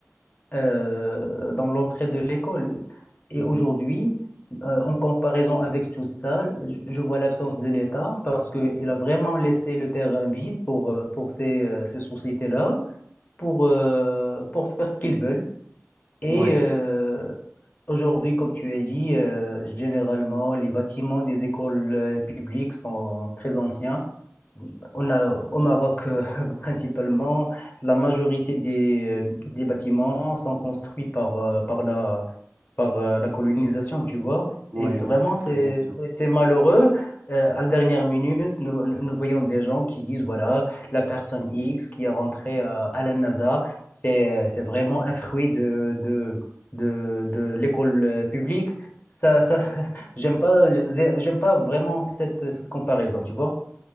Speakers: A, on the left; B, on the right.
A: euh, dans l'entrée de l'école. Et
B: Mhm.
A: aujourd'hui, euh, en comparaison avec tout ça, je, je vois l'absence de l'État parce qu'il a vraiment laissé le terrain vide pour, euh, pour ces, euh, ces sociétés-là, pour, euh, pour faire ce qu'ils veulent. Et
B: Ouais,
A: euh, aujourd'hui, comme tu as dit, euh, généralement, les bâtiments des écoles euh, publiques sont très anciens. On a au Maroc euh, <laughs> principalement, la majorité des, euh, des bâtiments sont construits par, euh, par la, par euh, la colonisation, tu vois.
B: ouais,
A: Et vraiment,
B: ouais, c'est
A: c'est
B: très ancien.
A: c'est c'est malheureux. Euh, à la dernière minute, nous, nous voyons des gens qui disent, voilà, la personne X qui est rentrée euh, à la NASA, c'est, c'est vraiment un fruit de, de, de, de l'école euh, publique. Ça, ça, <laughs> j'aime pas, j'aime pas vraiment cette, cette comparaison, tu vois.